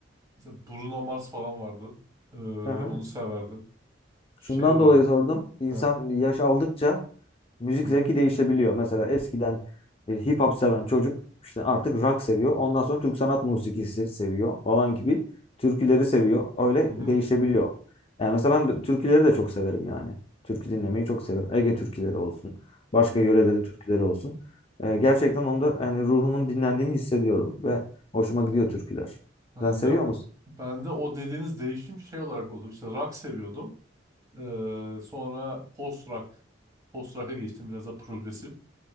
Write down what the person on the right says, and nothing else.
Mesela Bruno Mars falan vardı. Ee,
onu severdim. Şey
vardı.
Ha.
Hı hı.
Hı hı.
Hı.
Hı.
Ben
de
ben de o dediğiniz değişim şey olarak oldu. İşte rock seviyordum. Ee, sonra post rock post rock'a geçtim biraz da progresif.